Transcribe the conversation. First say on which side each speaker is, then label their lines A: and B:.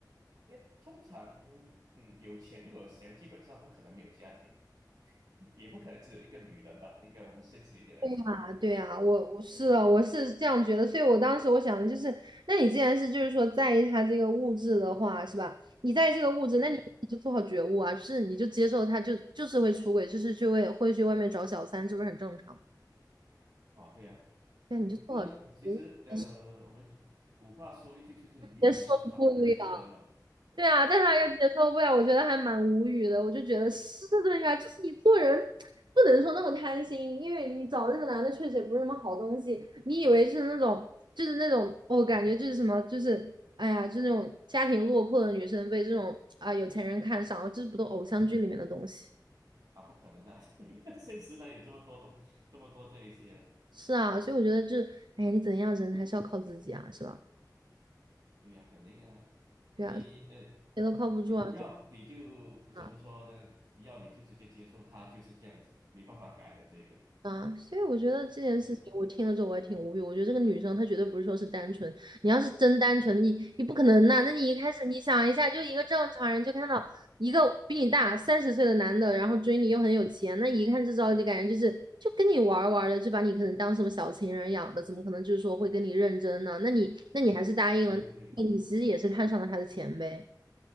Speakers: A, on the right (about 60°); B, on the right (about 85°).
A: 因为通常，嗯，有钱又有闲，基本上不可能没有家庭，也不可能只有一个女人吧？应该我们现实一点来讲，
B: 对呀，对呀，我我是的，我是这样觉得，所以我当时我想的就是，那你既然是就是说在意他这个物质的话，是吧？你在意这个物质，那你你就做好觉悟啊，
A: <laughs> 嗯哼，
B: 就是你就接受他就就是会出轨，就是去会会去外面找小三，这不是很正常
A: 哦，对呀、
B: 对啊你就做好觉悟，
A: 嗯，那其实呃，
B: 但是
A: 我们古话说一句就是鱼与熊掌不能兼得嘛，
B: 接受不了。对啊，但是他又接受不了，我觉得还蛮无语的。我就觉得是的呀，就是你做人不能说那么贪心，因为你找那个男的确实也不是什么好东西。你以为是那种，就是那种，我、感觉就是什么，就是哎呀，就那种家庭落魄的女生被这种啊有钱人看上，哦这不都偶像剧里面的东西？
A: 啊，不可能的、<laughs> 现实呢有这么多东，这么多这一些
B: 是啊，所以我觉得这，哎，你怎样人还是要靠自己啊，是吧？
A: 对呀、肯定啊，
B: 对啊，
A: 你呃，
B: 谁都靠不住啊，
A: 你要你就怎么说呢？
B: 对吧？
A: 你要你就直接接受他就是这样子，没办法改的这个。
B: 啊，所以我觉得这件事情，
A: 嗯，
B: 我听了之后我也挺无语。我觉得这个女生她绝对不是说是单纯，你要是真单纯，你你不可能呐、那你一开始你想一下，就一个正常人就看到一个比你大三十岁的男的，然后追你又很有钱，那一看就知道就感觉就是就跟你玩儿玩儿的，就把你可能当什么小情人养的，怎么可能就是说会跟你认真呢？那你那你还是答应了，
A: 对对对，
B: 你你其实也是看上了他的钱呗。